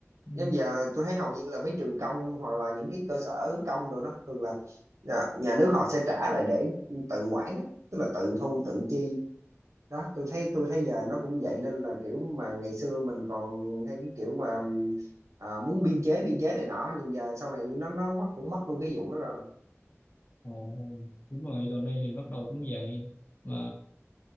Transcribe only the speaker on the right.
giống giờ tôi thấy hầu như là mấy trường công hoặc là những cái cơ sở công rồi đó thường là nhà, nhà nước họ sẽ trả lại để tự quản á tức là tự thu tự chi đó tôi thấy tôi thấy giờ nó cũng vậy nên là kiểu mà ngày xưa mình còn hay cái kiểu mà à, muốn biên chế biên chế này nọ nhưng giờ sau này nó nó mất cũng mất luôn cái vụ đó rồi